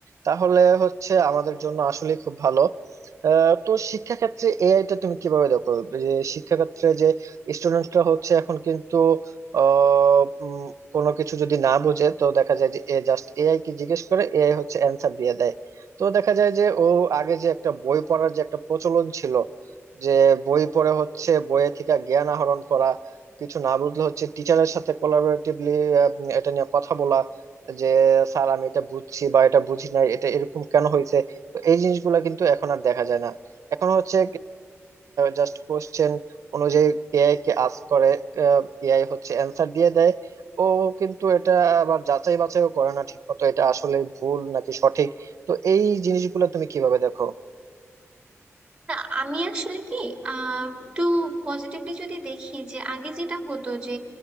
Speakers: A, on the right; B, on the right.
A: তাহলে হচ্ছে আমাদের জন্য আসলে খুব ভালো আহ, তো শিক্ষা ক্ষেত্রে এআই টা তুমি কিভাবে দেখো যে শিক্ষা ক্ষেত্রে যে স্টুডেন্টরা হচ্ছে এখন কিন্তু আহ, উম, কোনো কিছু যদি না বোঝে তো দেখা যায় যে এ জাস্ট এআই কে জিজ্ঞেস করে এআই হচ্ছে অ্যান্সার দিয়ে দেয় তো দেখা যায় যে ও আগে যে একটা বই পড়ার যে একটা প্রচলন ছিল যে বই পড়ে হচ্ছে বইয়ে থেকে জ্ঞান আহরণ করা কিছু না বুঝলে হচ্ছে টিচারের সাথে কোলাবোরেটিভলি এটা নিয়ে কথা বলা যে স্যার আমি এটা বুঝছি বা এটা বুঝি না এটা এরকম কেন হয়েছে তো এই জিনিসগুলো কিন্তু এখন আর দেখা যায় না এখন হচ্ছে জাস্ট কোশ্চেন অনুযায়ী এআই কে আস্ক করে এআই হচ্ছে অ্যান্সার দিয়ে দেয় ও কিন্তু এটা আবার যাচাই বাছাইও করে না ঠিক মতো এটা আসলে ভুল নাকি সঠিক তো এই জিনিসগুলো তুমি কিভাবে দেখো
B: না আমি আসলে কি আহ একটু পজিটিভলি যদি দেখি যে আগে যেটা হতো যে